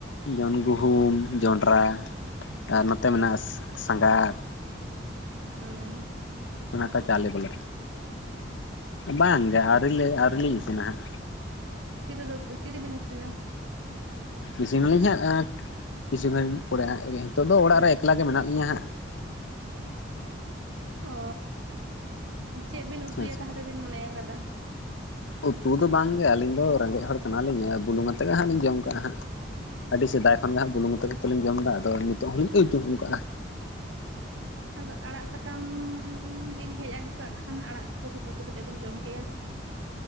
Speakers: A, on the left; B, on the right.
A: ᱡᱮᱢᱚᱱ ᱜᱩᱦᱩᱢ ᱡᱚᱱᱰᱽᱨᱟ ᱟᱨ ᱱᱚᱛᱮ ᱢᱮᱱᱟᱜᱼᱟ ᱥᱟᱸᱜᱟᱛ᱾
B: ᱦᱩᱸᱻ
A: ᱚᱱᱟ ᱠᱚ ᱪᱟᱣᱞᱮ ᱵᱚᱞᱮ, ᱵᱟᱝ ᱜᱮ ᱟᱹᱣᱨᱤᱞᱮ ᱟᱹᱣᱨᱤᱞᱤᱧ ᱤᱥᱤᱱᱟ ᱦᱟᱸᱜ᱾
B: ᱛᱤᱨᱮ ᱫᱚ ᱛᱤᱨᱮᱵᱤᱱ ᱤᱥᱤᱱᱟ?
A: ᱤᱥᱤᱱᱟᱞᱤᱧ ᱦᱟᱸᱜ ᱠᱤᱪᱷᱩ ᱜᱟᱱ ᱯᱚᱨᱮ᱾ ᱱᱤᱛᱚᱜ ᱫᱚ ᱚᱲᱟᱜ ᱨᱮ ᱮᱠᱞᱟ ᱜᱮ ᱢᱮᱱᱟᱜ ᱞᱤᱧᱟᱹ ᱦᱟᱸᱜ᱾
B: ᱚᱻ ᱪᱮᱫ ᱵᱤᱱ ᱩᱛᱩᱭᱟ
A: ᱦᱮᱸ ᱥᱮ
B: ᱛᱟᱦᱚᱞᱮ ᱵᱤᱱ ᱢᱚᱱᱮᱣ ᱠᱟᱫᱟ?
A: ᱩᱛᱩ ᱫᱚ ᱵᱟᱝᱜᱮ ᱟᱹᱞᱤᱧ ᱫᱚ ᱨᱮᱸᱜᱮᱡ ᱦᱚᱲ ᱠᱟᱱᱟ ᱞᱤᱧᱹ ᱵᱩᱞᱩᱝ ᱟᱛᱮᱫ ᱜᱮ ᱦᱟᱸᱜ ᱞᱤᱧ ᱡᱚᱢ ᱠᱟᱜ-ᱟ ᱦᱟᱸᱜ᱾ ᱟᱹᱰᱤ ᱥᱮᱫᱟᱭ ᱠᱷᱚᱱ ᱜᱮ ᱦᱟᱸᱜ ᱵᱩᱞᱩᱝ ᱟᱛᱮᱫ ᱜᱮᱛᱚᱞᱤᱧ ᱡᱚᱢ ᱫᱟ ᱟᱫᱚ ᱱᱤᱛᱚᱜ ᱦᱚ ᱞᱤᱧ ᱟᱹ ᱡᱚᱢ ᱠᱟᱜᱼᱟ᱾
B: ᱟᱫᱚ ᱟᱲᱟᱜ ᱥᱟᱠᱟᱢ ᱵᱤᱱ ᱦᱮᱡ ᱟᱹᱜᱩ ᱠᱟᱜ ᱠᱷᱟᱱ ᱟᱲᱟᱜ ᱠᱚ ᱵᱤᱱ ᱩᱛᱩ ᱠᱟᱛᱮᱫ ᱵᱤᱱ ᱡᱚᱢ ᱠᱮᱭᱟ᱾